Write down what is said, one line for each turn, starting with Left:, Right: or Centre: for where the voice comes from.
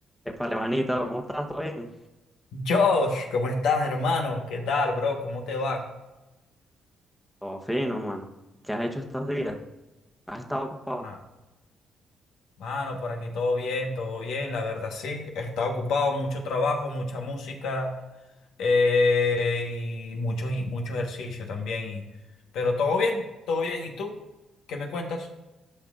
Centre: Épale, manito, ¿cómo estás? ¿Todo bien?
Left: Josh, ¿cómo estás, hermano? ¿Qué tal, bro? ¿Cómo te va?
Centre: Todo fino, mano. ¿Qué has hecho estos días? ¿Has estado ocupado?
Left: Ah, mano, por aquí todo bien, todo bien, la verdad sí. He estado ocupado, mucho trabajo, mucha música eh, y mucho, y mucho ejercicio también. y- pero todo bien, todo bien. ¿Y tú? ¿Qué me cuentas?